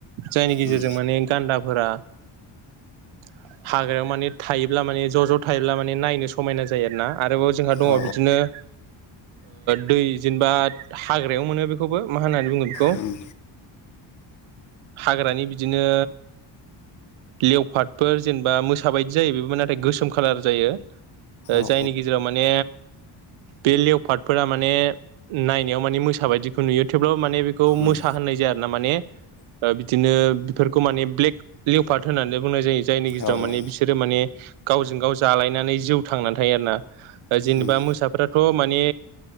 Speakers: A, on the right; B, on the left.
A: जायनि गेजेरजों
B: उम
A: माने गान्दाफोरा। <inaudible> हाग्रायाव माने थायोब्ला माने ज' ज' थायोब्ला माने नायनो समायना जायो आरोना आरोबाव जोंहा दङ
B: औ
A: बिदिनो। दै जेनेबा हाग्रायाव मोनो बेखौबो मा होननानै बुंगोन
B: उम।
A: हाग्रानि बिदिनो। लेवफाटफोर जेनेबा मोसााबायदि जायो बे नाथाय गोसोम कालार जायो। ओ
B: औ
A: जायनि गेजेराव माने बे लेवफाटफोरा माने नायनायाव माने मोसा बायदिखौ नुयो थेवब्लाबो माने बे खौ मोसा
B: उम
A: होननाय जाया आरो ना माने। बिदिनो बेफोरखौ माने ब्लेक लिउपार्ट होननानै बुंनाय जायो जायनि गेजेराव
B: औ
A: माने
B: औ
A: बिसोर। बिसोरो माने गावजों गाव जालायनानै जिउ थांनानै थायो आरो ना। जेनेबा
B: उम
A: मोसाफ्राथ' माने।